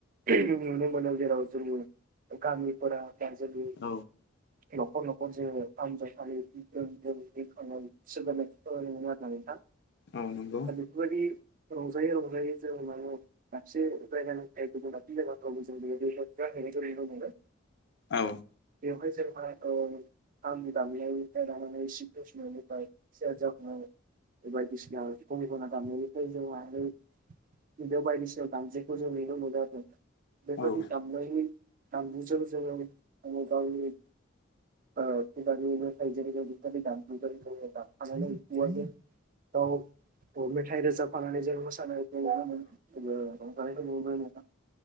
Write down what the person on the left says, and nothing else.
औ
औ नंगौ।
औ।
औ नंगौ औ